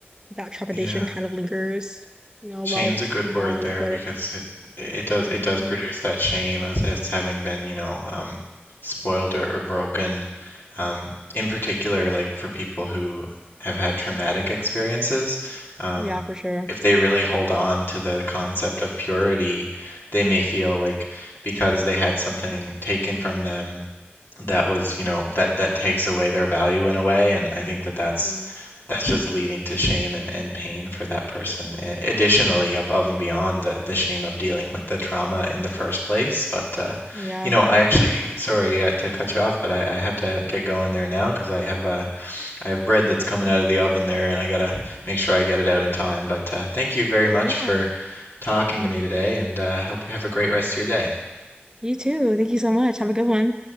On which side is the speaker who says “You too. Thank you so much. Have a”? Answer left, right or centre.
Right